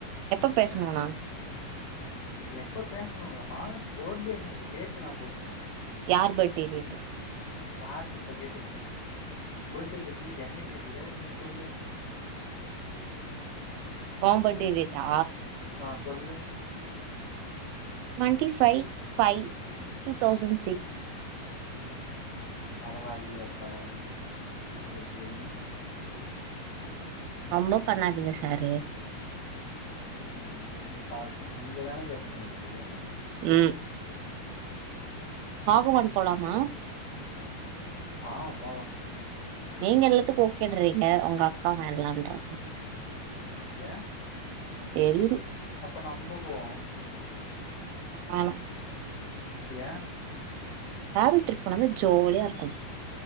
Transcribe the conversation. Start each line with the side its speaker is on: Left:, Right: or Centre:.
Right: எப்ப பேஸ்ணோனா
Left: எப்ப பேஸ்ணோ இல்ல மாத பார்ட்டே என்ன டேட்டு ஞாபகோ இருக்கா
Right: யார் பர்ட்டே டேட்டு
Left: யாருது இப்ப கேட்ருந்தே பர்ட்டே டேட்டு என்ன கேக்குற நீ சொல்லு
Right: ஒ பர்ட்டே டேட்டா
Left: அ சொல்லு
Right: twenty five five two thousand six
Left: பரவாயில்லையப்பா ஞாபகோ வச்சிகிறிங்கோ
Right: ரொம்ப பண்ணாதீங்க சாரு
Left: ம் நீங்க பா நீங்க தான கேட்டிங்க எப்பயோ
Right: ம் பாகவன் போலாமா
Left: ஆ போலாமே
Right: நீங்க எல்லாத்துக்கு ஓகேன்றிங்க ஒங்க அக்கா வேணான்றாங்க
Left: ஏ
Right: தெரில
Left: அப்ப நம்ப போவோ
Right: வேனா
Left: ஏ
Right: டிராவல் ட்ரிப் போன தா ஜாலியா இருக்கும்